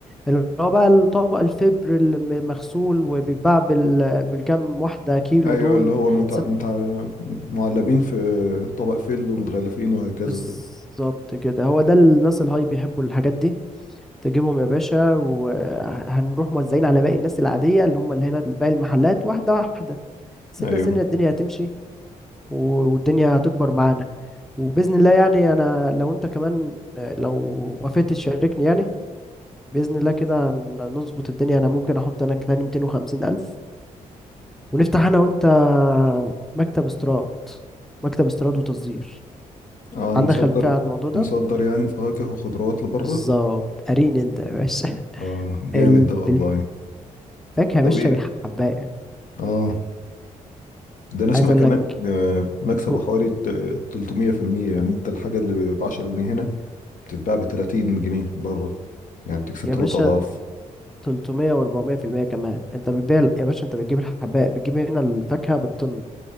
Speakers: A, in the centre; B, on the left.
A: اللي هو بقى الطبق الفبر المغسول وبيتباع بال... بالكام واحدة كيلو
B: ايوه
A: دول
B: اللي هو متع...
A: ست
B: متع... معلبين في طبق فل ومتغلفين وهكذا
A: بالظبط كده هو ده الناس الهاي بيحبوا الحاجات دي تجيبهم يا باشا وهنروح موزعين على باقي الناس العادية اللي هم اللي هنا باقي المحلات واحدة واحدة سنة
B: ايوه
A: سنة الدنيا هتمشي و- والدنيا هتكبر معانا وباذن الله يعني انا لو انت كمان آه، لو وافقت تشاركني يعني باذن الله كده هن- نظبط الدنيا انا ممكن احط انا كمان 250 الف ونفتح انا وانت مكتب استيراد مكتب استيراد وتصدير
B: آه
A: عندك
B: نصدر
A: خلفيه عن الموضوع ده
B: نصدر يعني فواكه وخضروات لبره
A: بالظبط قارين انت يا باشا
B: اه
A: <laughs>
B: جامد
A: ال...
B: ده والله
A: بالفاكهه يا
B: طب
A: باشا
B: ايه
A: بالحبايه
B: اه ده نسمع
A: عايز اقول
B: كمان
A: لك
B: آه، مكسبه
A: أو-
B: حوالي ت- 300% يعني انت الحاجة اللي ب 10 جنيه هنا بتتباع ب 30 جنيه بره يعني بتكسب
A: يا
B: ثلاث
A: باشا
B: اضعاف
A: 300 و400% كمان انت بتبيع يا باشا انت بتجيب الحبايه بتجيب هنا الفاكهه بالطن